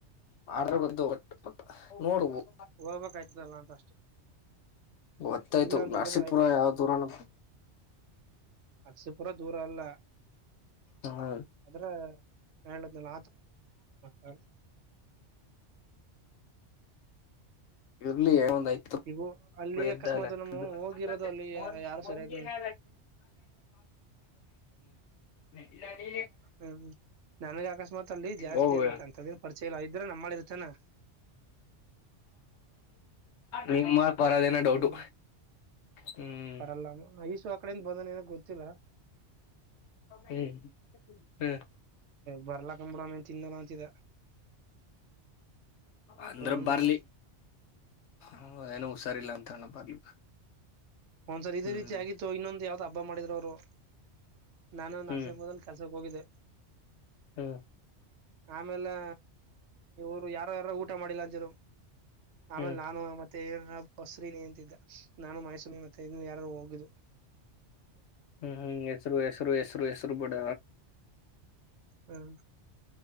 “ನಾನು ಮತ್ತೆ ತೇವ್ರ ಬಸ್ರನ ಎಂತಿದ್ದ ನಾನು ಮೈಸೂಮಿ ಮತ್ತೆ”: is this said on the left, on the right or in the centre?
Right